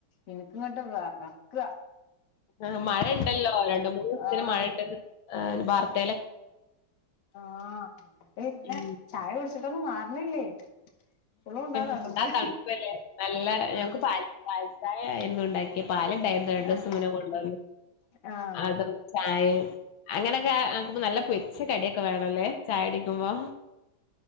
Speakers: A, on the left; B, on the left.
A: ഇൻക് ങ്ങട്ട് വെറക്ക
B: ആഹ് മഴ ണ്ടല്ലോ രണ്ട് മൂന്ന് ദിവസത്തിന്
A: ആഹ്
B: മഴ ണ്ടെന്ന് വാർത്ത
A: ആഹ് ന്നട്ട് പിന്നെ
B: ഉം.
A: ചായ കുടിച്ചിട്ടൊന്നും മാറണില്ലേ ഇപ്പളും ഉണ്ടാ തണുപ്പ്
B: എന്താ തണുപ്പല്ലേ നല്ല
A: ആഹ്
B: ഞങ്ങക്ക് പാല് പാൽച്ചായാ ആയിനു ണ്ടാക്കിയെ പാല ണ്ടായിരുന്നു രണ്ടു
A: ആഹ്
B: ദിവസം മുന്നേ കൊണ്ടന്നെ
A: ആഹ്
B: അത് ചായേം അങ്ങനെക്കെ തണ്ക്കുമ്പോ നല്ല പൊരിച്ച കടിയൊക്കെ വേണല്ലേ ചായടിക്കുമ്പോ